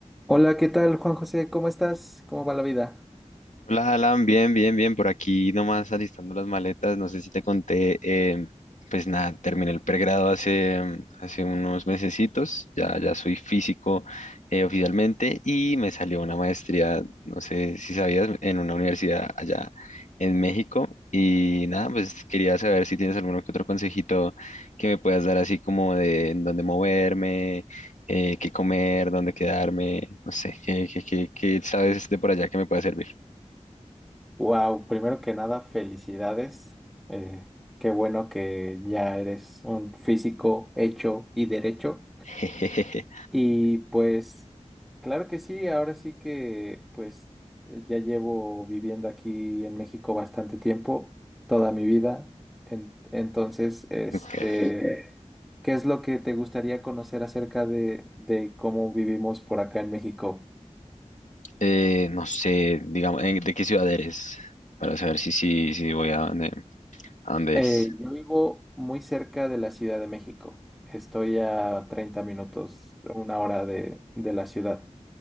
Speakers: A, in the centre; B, on the left.
A: Hola, ¿qué tal, Juan José? ¿Cómo estás? ¿Cómo va la vida?
B: Hola, Alan, bien, bien, bien, por aquí nomás alistando las maletas, no sé si te conté, eh, pues nada, terminé el pregrado hace, mm, hace unos mesecitos, ya, ya soy físico eh, oficialmente y me salió una maestría, no sé si sabías, en una universidad allá en México y nada, pues quería saber si tienes alguno que otro consejito que me puedas dar así como de en dónde moverme, eh, qué comer, dónde quedarme, no sé, qué, qué, qué, qué sabes de por allá que me pueda servir.
A: Wow, primero que nada, felicidades. Eh, qué bueno que ya eres un físico hecho y derecho.
B: <laughs> Jejeje.
A: Y pues, claro que sí, ahora sí que pues eh, ya llevo viviendo aquí en México bastante tiempo, toda mi vida. En- entonces, este,
B: Ok.
A: Ok. ¿qué es lo que te gustaría conocer acerca de, de cómo vivimos por acá en México?
B: Eh, no sé, digamos, ¿en- ¿de qué ciudad eres? Para saber si sí, si, voy a dónde, a dónde
A: Eh,
B: es.
A: yo vivo muy cerca de la Ciudad de México. Estoy a 30 minutos, una hora de, de la ciudad.